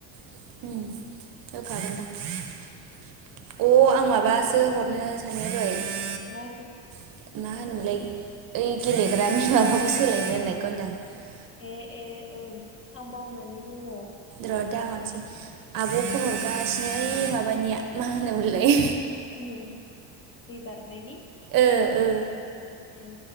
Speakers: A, on the right; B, on the left.
A: <inaudible> <inaudible>
B: <inaudible>
A: <inaudible>
B: ए - ए ओं आं बावनानै दङ।
A: र दा हरनोसै आब' फन हरगासिनो ओ माबानिया मा होनोमोनलै।
B: उम दै बारनायनि।
A: ओ ओ
B: ए।